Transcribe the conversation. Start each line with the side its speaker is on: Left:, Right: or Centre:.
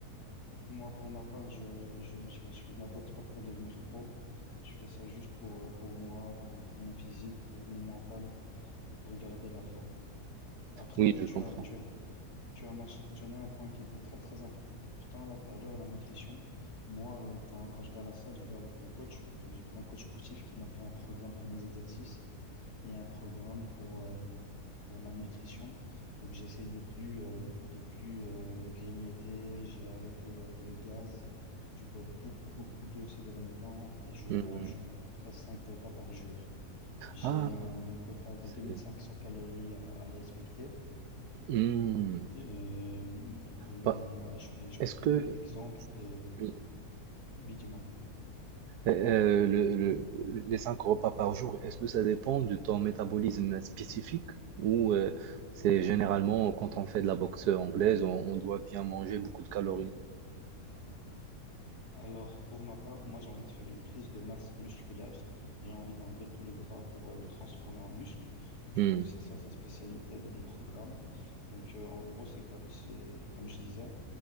Left: moi, pour ma part, je, je, je, fais je fais de la boxe pas pour devenir pro. Je fais ça juste pour, euh, pour moi, pour, pour mon physique, pour mon mental et pour garder la forme. Après,
Right: Oui, je
Left: tu
Right: comprends.
Left: as, tu as, tu as mentionné un point qui était très, très important là tout à l'heure, la nutrition. Moi, euh, quand, quand je vais à la salle, je vais avec mon coach. Donc, j'ai pris un coach sportif qui m'a fait un programme pour mes exercices. et un programme pour, euh, pour ma nutrition. Donc j'essaye de plus, euh, de plus euh, grignoter, j'ai arrêté le, le gaz, je bois beaucoup, beaucoup d'eau ces derniers temps et je
Right: Hmm.
Left: mange à peu près 5 repas par jour. J'ai
Right: Ah,
Left: un quota de
Right: c'est...
Left: deux mille cinq cents calories à, à respecter.
Right: hmm.
Left: Euh, donc euh, mon-
Right: Pas-
Left: ouais, je peux, je
Right: Est-ce
Left: peux te
Right: que...
Left: donner un exemple de...
Right: oui,
Left: Oui, dis
Right: Euh, euh, le- le- les cinq repas par jour, est-ce que ça dépend de ton métabolisme spécifique ou euh, c'est généralement quand on fait de la boxe anglaise, on, on doit bien manger beaucoup de calories?
Left: Alors, pour ma part, moi, j'ai envie de faire une prise de masse musculaire. J'ai envie d'enlever tout le gras pour euh, le transformer en muscle. Du
Right: Hmm.
Left: coup, c'est ça sa spécialité de mon programme. Donc, euh, en gros, c'est, que- c'est comme je disais,